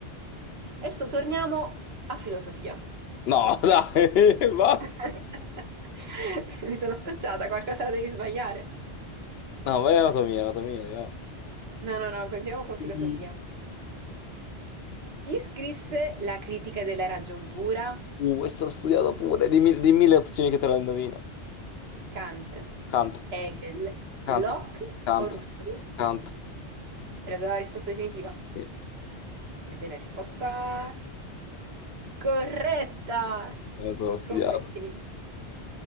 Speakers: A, on the right; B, on the left.
A: Adesso torniamo a filosofia.
B: No, <laughs> dai, basta.
A: <laughs> Mi sono scocciata, qualcosa la devi sbagliare.
B: No, vai anatomia, anatomia, ja.
A: No, no, no, continuiamo con
B: Please.
A: filosofia. Chi scrisse la critica della ragion pura?
B: Uh, questo l'ho studiato pure. Dimmi, dimmi le opzioni che te la indovino.
A: Kant,
B: Kant,
A: Hegel,
B: Kant,
A: Locke
B: Kant,
A: o Rousseau?
B: Kant.
A: È la tua risposta definitiva?
B: Sì,
A: Ed è la risposta corretta!
B: me lo sono studiato.
A: Complimenti, Nicola.